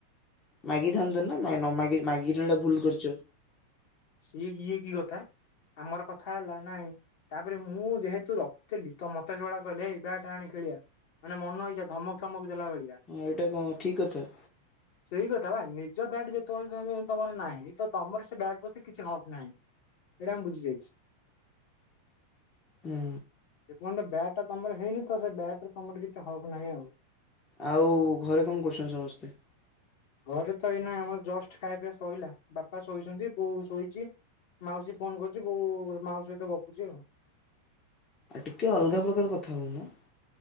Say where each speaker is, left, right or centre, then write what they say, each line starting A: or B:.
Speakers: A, on the left; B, on the left.
A: ମାଗିଥାନ୍ତ ନା ମା ନମାଗି ମାଗିକି ତମେ ଏଟା ଭୁଲ କରିଛ।
B: ସିଏ ଇଏ କି କଥା ଆମର କଥା ହେଲା ନାଇଁ ତାପରେ ମୁଁ ଯେହେତୁ ରଖୁଥିଲି ତ ମତେ ଯୋଉଭଳିଆ କହିଲେ ଏଇ ବ୍ୟାଟ ଆଣେ ଖେଳିବା। ମାନେ ମନ ଇଛା ଧମକ ଚମକ ଦେଲା ଭଳିଆ।
A: ହଁ ଏଇଟା କଣ ଠିକ୍ କଥା।
B: ସେଇକଥା ବା ନିଜ ବ୍ୟାଟ୍ ଯେତେବେଳେ ତ ତମର ନାହିଁ ତମର ସେ ବ୍ୟାଟ ମତେ କିଛି ହକ ନାହିଁ ସେଇଟା ମୁଁ ବୁଝିଯାଇଛି।
A: ହୁଁ।
B: ଯେ ପର୍ଯ୍ୟନ୍ତ ବ୍ୟାଟ ଟା ତମର ହେଇନି ତ ସେ ବ୍ୟାଟରେ ତମର କିଛି ହକ ନାହିଁ ଆଉ।
A: ଆଉ ଘରେ କଣ କରୁଛନ୍ତି ସମସ୍ତେ?
B: ଘରେ ତ ଏଇନା ଆମର ଜଷ୍ଟ ଖାଇବା ପିଇବା ଶଇଲା ବାପା ଶୋଇଛନ୍ତି। ବୋଉ ଶୋଇଛି। ମାଉସୀ ଫୋନ କରୁଛି ବୋଉ ମାଉସୀ ସହିତ ଗପୁଛି ଆଉ।
A: ଆଉ ଟିକେ ଅଲଗା ପ୍ରକାର କଥା ହଉନା।